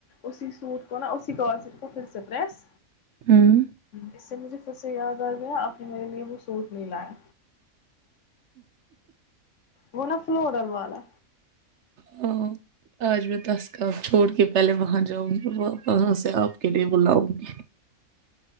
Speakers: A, on the left; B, on the right.
A: اسی سوٹ کو نہ اسی کو پھر سے پریس
B: ہوں۔
A: اس سے مجھے <unintelligible> پھر سے یاد آ گیا اپپ نے میرے لیے وہ سوٹ نہیں لائے وہ نا فلورل والا
B: ہاں آج میں دس کام چھوڑ کے پہلے وہاں جاؤں گی وہاں سے آپ کے لیے بلاؤں گی